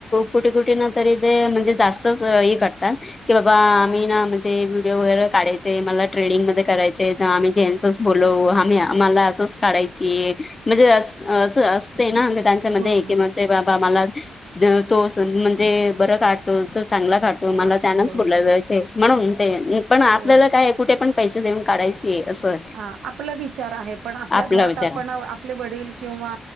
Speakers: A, on the left; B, on the right.
A: कुठे कुठे ना तरी ते म्हणजे जास्तच हे करतात. की बाबा आम्ही ना म्हणजे व्हिडिओ वगैरे काढायचे मला ट्रेडिंग मध्ये करायचे. आम्ही जेन्सच बोलव आम्ही आम्हाला असच काढायची म्हणजे अस असं असते ना. त्यांच्या मध्येय
B: हो
A: की
B: हो
A: म्हणजे बाबा मला तो म्हणजे बर काढतो तो चांगला काढतो.
B: चालत
A: मला त्यांनाच
B: हो
A: बोलायला
B: हो
A: जायचे म्हणून ते पण आपल्याला
B: हो.
A: काय कुठे पण पैसे देऊ. काडायशी असं.
B: ह आपला विचार आहे पण आपल्या
A: आपला
B: घरात
A: विचारा
B: आपण आपले वडील किंवा